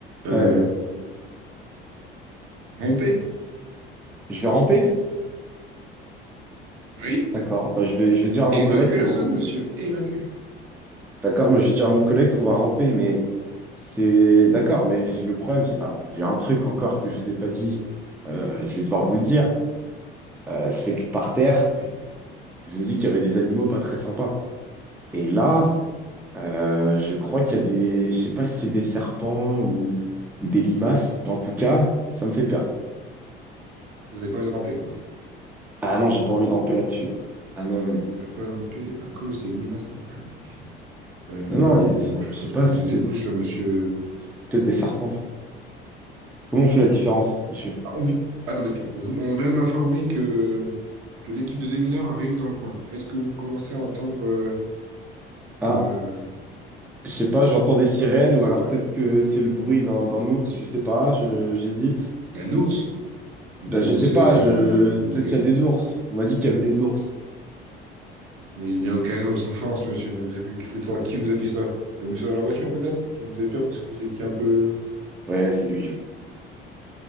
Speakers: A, on the right; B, in the centre.
A: Euh,
B: Ouais.
A: ramper?
B: Je vais ramper?
A: Oui.
B: D'accord. Bah, je vais, je vais dire à mon
A: Évacuer
B: collègue qu'on
A: la zone, monsieur. Évacuer.
B: D'accord, mais j'ai déjà mon collègue qu'on va ramper, mais c'est d'accord, mais le problème, c'est alors j'ai un truc encore que je vous ai pas dit, euh, je vais devoir vous le dire, euh, c'est que par terre,
A: Oui.
B: je vous ai dit qu'il y avait des animaux pas très sympas. Et là, euh, je crois qu'il y a des, je sais pas si c'est des serpents ou, ou des limaces, mais en tout cas, ça me fait peur.
A: Vous n'avez pas envie de ramper, quoi.
B: Ah non, j'ai pas envie de ramper là-dessus. hein. Ah non, non,
A: Vous n'avez pas rampé à cause des limaces par terre. Ok. Euh,
B: non, non, non,
A: bon,
B: c'est-
A: je
B: je sais
A: peux pas
B: pas,
A: trop vous
B: c'est
A: aider
B: peut-être
A: plus, là, monsieur.
B: c'est peut-être des serpents. Comment
A: Ok.
B: on fait la différence, monsieur?
A: Ah, on vi- Attendez, vous- on vient de m'informer que, que l'équipe de démineurs arrive dans le coin. Est-ce que vous commencez à entendre euh,
B: Ah.
A: une, euh,
B: Je sais pas, j'entends des sirènes
A: sirène, je
B: ou
A: sais
B: alors
A: pas.
B: peut-être que c'est le bruit d'un d'un ours, je sais pas, je j'hésite.
A: Ah, un ours? Vous
B: Ben,
A: commencez,
B: je sais pas,
A: euh,
B: je peut-être
A: vous me faites
B: qu'il y a des ours. On m'a dit qu'il y avait des ours.
A: Mais il n'y a aucun ours en France, monsieur. Ne vous inquiétez pas. Qui vous a dit ça? Le monsieur dans la voiture, peut-être? Qui vous a fait peur parce que vous étiez un peu...
B: Ouais, c'est lui, je...